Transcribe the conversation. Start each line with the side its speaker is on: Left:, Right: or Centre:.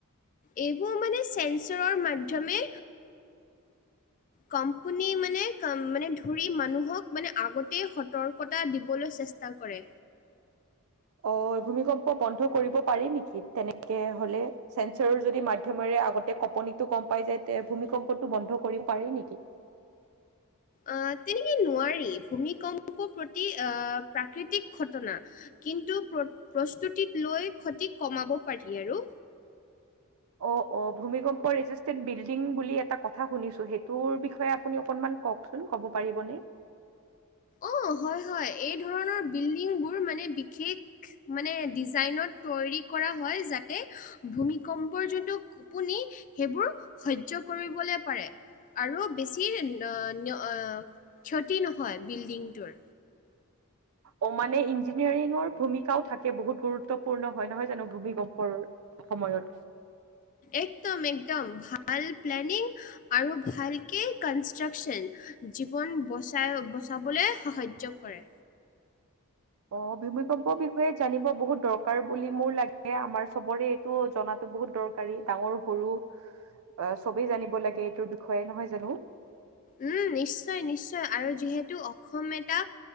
Left: এইবোৰ মানে চেঞ্চৰৰ মাধ্যমে।
Right: <inaudible>
Left: কম্পোনী মানে-মানে ধৰি মানুহক মানে আগতেই সতৰ্কতা দিবলৈ চেষ্টা তা কৰে।
Right: অ', ভূমিকম্প বন্ধ কৰিব পাৰি নেকি, তেনেকে হ'লে? চেন্সৰৰ যদি মাধ্যমেৰে আগতে কঁপনিটো গম পাই যায়, তে ভূমিকম্পটো বন্ধ কৰিব পাৰি নেকি?
Left: অ', তেনেকে নোৱাৰি, ভূমিকম্প প্ৰতি-অ' প্ৰাকৃতিক ঘটনা। কিন্তু প্ৰচ-প্ৰস্তুতিত লৈ ক্ষতি কমাব পাৰি আৰু।
Right: অ' অ', ভূমিকম্প ৰেজিষ্টেড বিল্ডিং বুলি এটা কথা শুনিছোঁ, সেইটোৰ বিষয়ে আপুনি অকমান কওঁক। কওঁকচোন, ক'ব পাৰিবনে?
Left: অ', হয় হয়, এই ধৰণৰ বিল্ডিং বোৰ মানে বিশেষ মানে ডিজাইনত তৈয়াৰী কৰা হয়, যাতে ভূমিকম্পৰ যোনটো কঁপনি, সেইবোৰ সহ্য কৰিবলৈ পাৰে। আৰু বেছি ন-ন্য-অ' ক্ষতি নহয় বিল্ডিংটোৰ।
Right: অ', মানে ইঞ্জিনিয়াৰিঙৰ ভূমিকাও থাকে বহুত গুৰুত্বপূৰ্ণ হয়, নহয় জানো ভূমিকম্পৰ? সময়ত।
Left: একদম একদম, ভাল প্লেনিং আৰু ভালকেই কনষ্ট্ৰাকচন, জীৱন বচাই-বচাবলে সাহায্য কৰে।
Right: অ', ভূমিকম্পৰ বিষয়ে জানিব বহুত দৰকাৰ বুলি মোৰ লাগে, আমাৰ চবৰে এক টো জনাটো বহুত দৰকাৰী, ডাঙৰ সৰু অ' চবেই জানিব লাগে এইটোৰ বিষয়ে, নহয় জানো?
Left: উম, নিশ্চয় নিশ্চয় আৰু যিহেতু অসম এটা